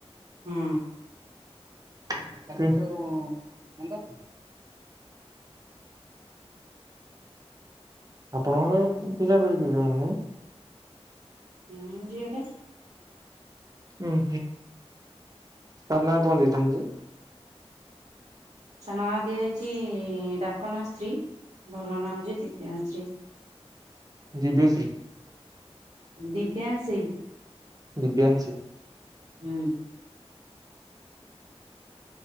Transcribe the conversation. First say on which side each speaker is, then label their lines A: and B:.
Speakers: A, on the right (about 75°); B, on the right (about 35°).
A: ହୁଁ
B: <unintelligible> ଆପଣଙ୍କର ପିଲା ପିଲି କେଇଜଣ <unintelligible>
A: ହୁଁ ଝିଅଟା।
B: ହୁଁ ହୁଁ ତାର ନାଁ କଣ ଦେଇଚନ୍ତି ଯେ
A: ତା ନାଁ ଦିଆ ହେଇଛି ଡାକ ନା ଶ୍ରୀ ଭଲ ନାଁ ହଉଛି ଦିବ୍ୟାଂଶି।
B: ଦିବ୍ୟ ଶ୍ରୀ।
A: ଦିବ୍ୟାଂଶି।
B: ଦିବ୍ୟାଂଶି।
A: ହୁଁ।